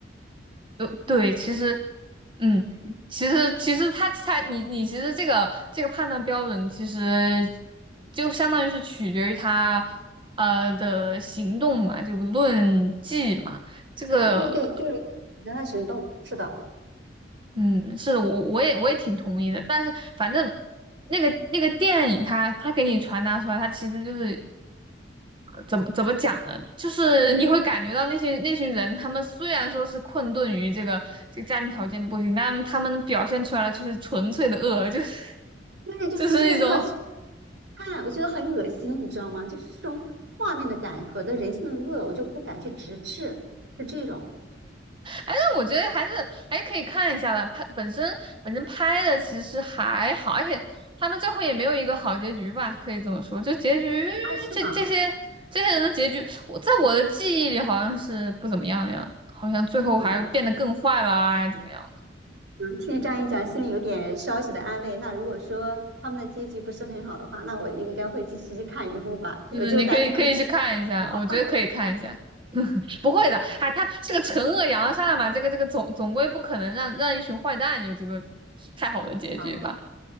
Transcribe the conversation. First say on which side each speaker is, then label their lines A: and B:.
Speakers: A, on the right; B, on the right.
A: 呃对，其实，嗯，其实其实他他你你其实这个这个判断标准其实就相当于是取决于他呃的行动嘛，就论迹嘛，这个
B: 对对对，就是人的行动，是的，
A: 嗯是的，我我也我也挺同意的，但是反正那个那个电影它它给你传达出来，它其实就是怎么怎么讲呢？就是你会感觉到那些那群人，他们虽然说是困顿于这个这个家庭条件不行，但他们表现出来的却是纯粹的恶，就是
B: 对，就纯粹的恶。
A: 就是那种，<laughs> 哎，
B: 看，我觉得很恶心，你知道吗？就是这种画面的感和的人性的恶，我就不敢去直视，是这种
A: 但我觉得还是还是可以看一下的。拍本身本身拍的其实还好，而且他们最后也没有一个好结局吧，可以这么说。就结局，
B: 啊，是吗？
A: 这这些这些人的结局，我在我的记忆里好像是不怎么样的样子，好像最后还变得更坏了啊，
B: 哦，那
A: 怎么样？
B: 嗯，听你这样一讲，心里有点稍许的安慰。那如果说他们的结局不是很好的话，那我应该会继续去看一部吧。
A: 嗯，
B: 我就担心他们
A: 你可以可以去看一下，
B: 是好
A: 我觉得可以看一下。<laughs> 不会的，
B: 的，
A: 哎，他是个惩恶扬善嘛，这个这个总总归不可能让让一群坏蛋有这个太好的结局吧？
B: 嗯，